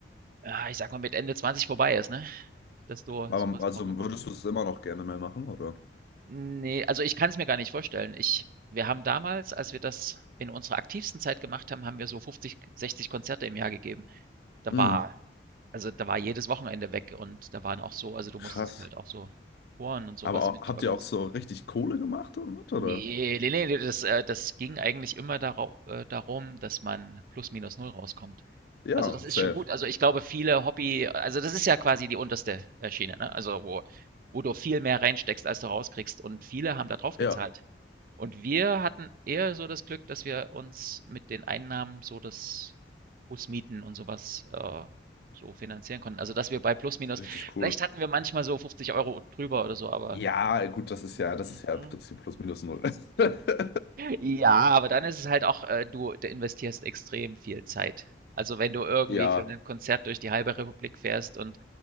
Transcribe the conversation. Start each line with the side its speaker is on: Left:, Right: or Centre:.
Right: ja, ich sag mal, mit Ende 20 vorbei ist, ne? Dass du
Left: Aber
Right: sowas
Left: also
Right: kaum noch machen
Left: würdest du es immer noch gerne mehr machen, oder?
Right: Ne, also, ich kann es mir gar nicht vorstellen. Ich wir haben damals, als wir das in unserer aktivsten Zeit gemacht haben, haben wir so 50, 60 Konzerte im Jahr gegeben. Da
Left: Hm,
Right: war also, da war jedes Wochenende weg und da waren auch so also, du
Left: krass.
Right: musstest halt auch so Touren und sowas
Left: Aber auch,
Right: was mit
Left: habt
Right: organis
Left: ihr auch so richtig Kohle gemacht damit,
Right: nee
Left: oder?
Right: ne, ne, das äh, das ging eigentlich immer darau äh, darum, dass man plus minus null rauskommt.
Left: Ja,
Right: Also, das ist
Left: safe.
Right: schon gut. Also, ich glaube, viele Hobby also, das ist ja quasi die unterste, äh, Schiene, ne? Also, wo wo du viel mehr reinsteckst, als du rauskriegst und viele haben da drauf gezahlt
Left: Ja,
Right: und wir hatten eher so das Glück, dass wir uns mit den Einnahmen so das Busmieten und sowas äh, so finanzieren konnten. Also, dass wir bei plus minus
Left: richtig
Right: vielleicht
Left: cool.
Right: hatten wir manchmal so 50 Euro drüber oder so, aber
Left: Ja, gut, das ist
Right: hm,
Left: ja, das ist ja
Right: mhm.
Left: im Prinzip plus minus null. <laughs>
Right: Ja, aber dann ist es halt auch, äh, du du investierst extrem viel Zeit. Also, wenn du irgendwie
Left: Ja,
Right: für ein Konzert durch die halbe Republik fährst und